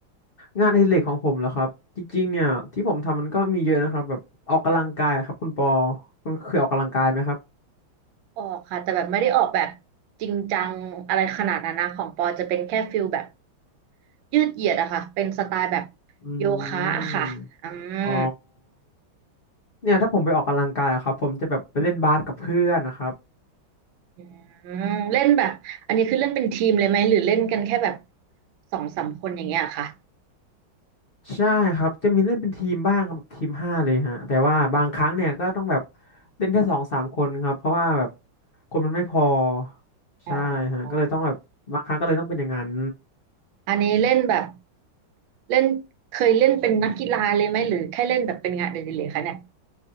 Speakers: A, on the left (about 85°); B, on the right (about 80°).
A: งานอดิเรกของผมเหรอครับจริงๆเนี่ยที่ผมทำมันก็มีเยอะนะครับแบบออกกำลังกายครับคุณปอคุณเคยออกกำลังกายไหมครับ
B: ออกค่ะแต่แบบไม่ได้ออกแบบจริงจังอะไรขนาดนั้นนะของปอจะเป็นแค่ฟิลแบบยืดเหยียดอะค่ะเป็นสไตล์แบบ
A: อื
B: โยคะอะค่ะอืม
A: มอ๋อเนี่ยถ้าผมไปออกกำลังกายอะครับผมจะแบบไปเล่นบาสกับเพื่อนนะครับ
B: อืมเล่นแบบอันนี้คือเล่นเป็นทีมเลยไหมหรือเล่นกันแค่แบบสองสามคนอย่างเงี้ยค่ะ
A: ใช่ครับจะมีเล่นเป็นทีมบ้างครับทีมห้าเลยฮะแต่ว่าบางครั้งเนี่ยก็ต้องแบบเล่นแค่สองสามคนครับเพราะว่าแบบคนมันไม่พอ
B: อ๋อ
A: ใช่ฮะก็เลยต้องแบบบางครั้งก็เลยต้องเป็นอย่างนั้น
B: อันนี้เล่นแบบ เล่นเคยเล่นเป็นนักกีฬาเลยไหมหรือแค่เล่นแบบเป็นงานเดลิเลยคะเนี่ย